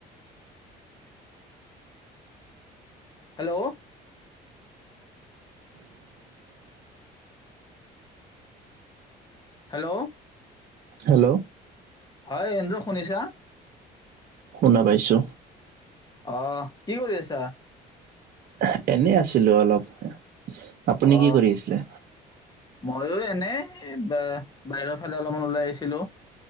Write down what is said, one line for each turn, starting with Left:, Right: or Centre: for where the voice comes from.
Left: Hello.
Right: <inaudible>
Left: Hello.
Right: Hello.
Left: হয় এন্দ্ৰ শুনিছা
Right: শুনা পাইছোঁ।
Left: অহ। কি কৰি আছা?
Right: এহ, এনে আছিলোঁ অলপ। আপুনি
Left: অ
Right: কি কৰি আছিলে?
Left: ময়ো এনে, ব-বাহিৰৰ ফালে অলপমান ওলাই আহিছিলোঁ।